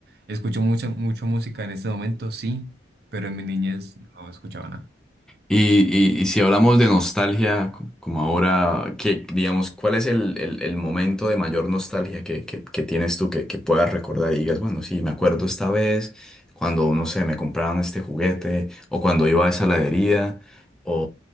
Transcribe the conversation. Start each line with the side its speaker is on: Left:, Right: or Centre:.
Right: Escucho mucha, mucho música en este momento, sí, pero en mi niñez no escuchaba nada.
Centre: Y, y- y si hablamos de nostalgia, co- como ahora, que digamos, ¿cuál es el, el- el momento de mayor nostalgia que, que- que tienes tú que, que puedas recordar y digas, bueno, sí, me acuerdo esta vez cuando, no sé, me compraron este juguete, o cuando iba a esa heladería, o,